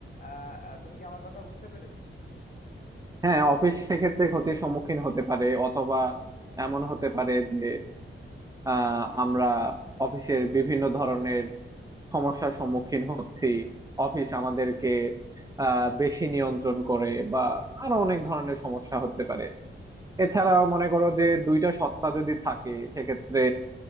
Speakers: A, on the left; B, on the right.
A: আহ আহ, তুমি কি আমার কথা বুঝতে পেরেছো
B: হ্যাঁ অফিস সেক্ষেত্রে ক্ষতির সম্মুখীন হতে পারে অথবা এমন হতে পারে যে আহ, আমরা অফিসের বিভিন্ন ধরনের সমস্যার সম্মুখীন হচ্ছি অফিস আমাদেরকে আহ, বেশি নিয়ন্ত্রণ করে বা আরো অনেক ধরনের সমস্যা হতে পারে এছাড়া মনে করো যে দুইটা সত্তা যদি থাকে সেক্ষেত্রে